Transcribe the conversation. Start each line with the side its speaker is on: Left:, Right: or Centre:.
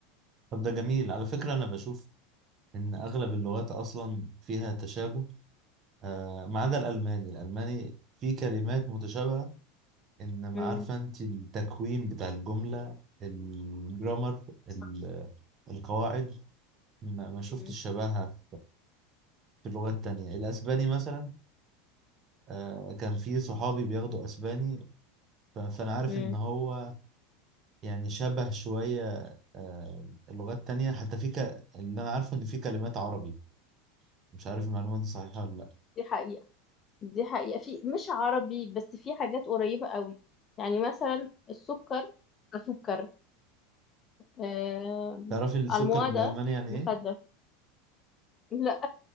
Right: طب ده جميل على فكرة انا بشوف ان اغلب اللغات اصلا فيها تشابه آه ما عدا الالماني الالماني في كلمات متشابهة انما
Left: امم
Right: عارفة انت التكوين بتاع الجملة الجرامر ال-
Left: صح.
Right: القواعد ما ما شفتش
Left: امم
Right: شبهها في لغات تانية الأسباني مثلا آه، كان في صحابي بياخدوا أسباني ف- فأنا عارف
Left: أمم.
Right: إن هو يعني شبه شوية آه، اللغات التانية حتى في ك... اللي أنا عارفه إن في كلمات عربي مش عارف المعلومة دي صحيحة ولا لأ
Left: دي حقيقة دي حقيقة في مش عربي بس في حاجات قريبة قوي يعني مثلا السكر السكر آه
Right: تعرف السكر
Left: الموادة
Right: بالألماني يعني
Left: مخدة
Right: إيه؟
Left: لا